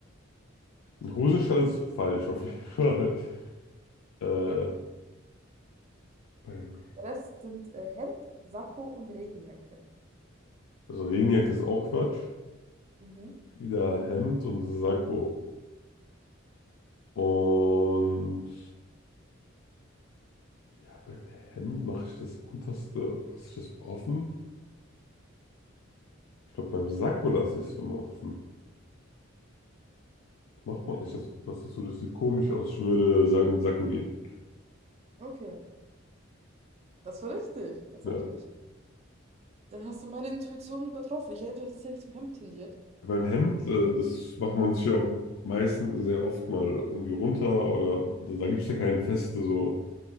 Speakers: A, on the left (about 80°); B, on the right (about 30°).
A: ein Hosenstall ist falsch auf jeden <laughs> Fall. Äh,
B: Okay.
A: beim,
B: Der Rest sind äh, Hemd, Sakko und Regenjacke.
A: also Regenjacke ist auch Quatsch.
B: Mhm.
A: Wieder Hemd und Sakko. Und ja, beim Hemd mache ich das unterste, lasse ich das offen. Ich glaube, beim Sakko lasse ich es immer offen. Macht
B: Mhm.
A: man nicht das unterste zu, das sieht komisch aus. Ich würde sagen, mit Sakko gehen.
B: Okay, das war richtig, tatsächlich.
A: Ja.
B: Da hast du meine Intuition übertroffen. Ich hätte tatsächlich zum Hemd tendiert.
A: Beim Hemd,
B: Aber
A: äh, das macht man sich ja auch meistens sehr oft mal irgendwie runter oder da, da gibt es ja keine feste so